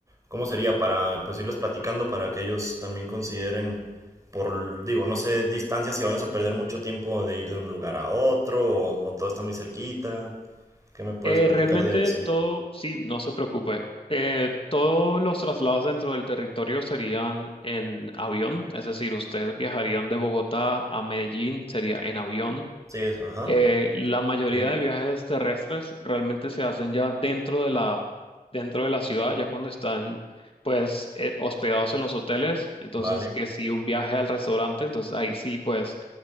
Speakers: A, on the right; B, on the left.
A: cómo sería para, pues, irles platicando para que ellos también consideren por, digo, no sé, distancias si vamos a perder mucho tiempo de ir de un lugar a otro o, o todo está muy cerquita? ¿Qué me puedes
B: Eh,
A: platicar
B: realmente
A: de eso?
B: todo, sí, no se preocupe. Eh, todos los traslados dentro del territorio serían en avión, es decir, ustedes viajarían de Bogotá a Medellín, sería en avión.
A: Sí, es- ajá.
B: Eh, la mayoría
A: Ok.
B: de viajes terrestres realmente se hacen ya dentro de la, dentro de la ciudad, ya cuando están pues eh, hospedados en los hoteles. Entonces,
A: Vale.
B: que si un viaje al restaurante, entonces ahí sí, pues